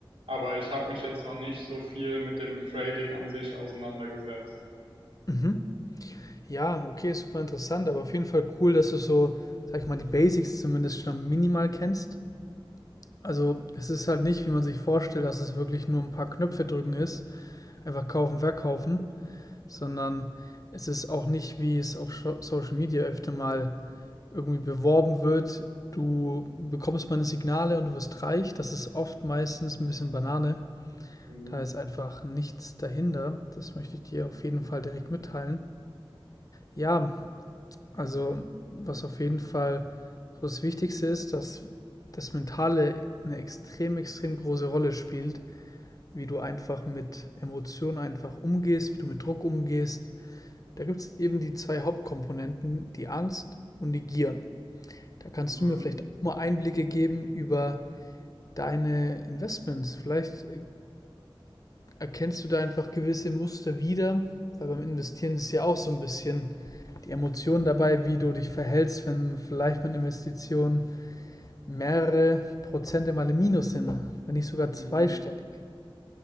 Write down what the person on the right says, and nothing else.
Aber ich habe mich jetzt noch nicht so viel mit dem Trading an sich auseinandergesetzt.
Mhm.
Mhm.
Mhm.